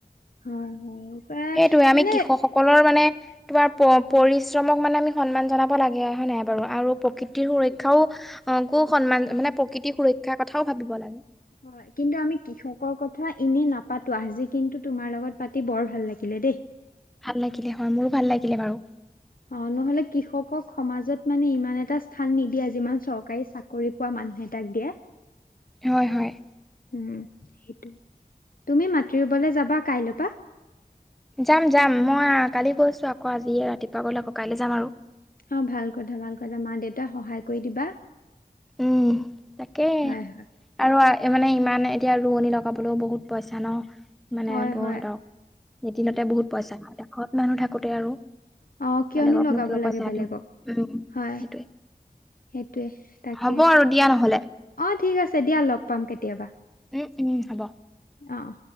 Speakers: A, on the left; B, in the centre.
A: উম, হয়। বা
B: সেইটোয়ে আমি
A: মানে
B: কৃষক- সকলৰ মানে তোমাৰ পৰিশ্ৰমক মানে আমি সন্মান জনাব লাগে, হয় নাই বাৰু। আৰু প্ৰকৃতিৰ সুৰক্ষাও কো সন্মান মানে প্ৰকৃতিৰ সুৰক্ষাৰ কথাও ভাবিব লাগে।
A: হয়, কিন্তু আমি কৃষকৰ কথা এনেই নাপাতো, আজি কিন্তু তোমাৰ লগত পাতি বৰ ভাল লাগিলে দেই।
B: ভাল লাগিলে হয়, মোৰো ভাল লাগিলে বাৰু।
A: অহ', নহ'লে কৃষকক সমাজত মানে ইমান এটা স্থান নিদিয়ে যিমান চৰকাৰী-চাকৰি- পোৱা মানুহ কেইটাক দিয়ে।
B: হয়-হয়।
A: উম' সেইটোৱে। তুমি মাটি ৰুবলে যাবা কাইলৈ পৰা?
B: যাম-যাম, মই কালি গৈছো আকৌ আজি ৰাতিপুৱা গ'লে আকৌ কাইলৈ যাম আৰু।
A: অঁহ', ভাল কথা, ভাল কথা, মাঁ-দেউতাক সহায় কৰি দিবা।
B: উমঁ, তাকে।
A: হয় হয়
B: আৰু মানে ইমান এতিয়া ৰোৱনি লগাবলৈও বহুত পইচা ন। মানে
A: হয়
B: বহুত,
A: হয়
B: এদিনতে বহুত পইচা এ' ঘৰত মানুহ থাকোতে আৰু।
A: অঁহ', - কিয়নো
B: বেলেগকনো
A: লগাব
B: কিয় পইচা
A: লাগে বেলেগক
B: দিম উম
A: হয়।
B: সেইটোৱে
A: সেইটোৱে তাকে।
B: হ'ব আৰু দিয়া নহ'লে
A: অঁহ', ঠিক আছে দিয়া লগ পাম কেতিয়াবা।
B: উম-উম, হ'ব।
A: অঁ।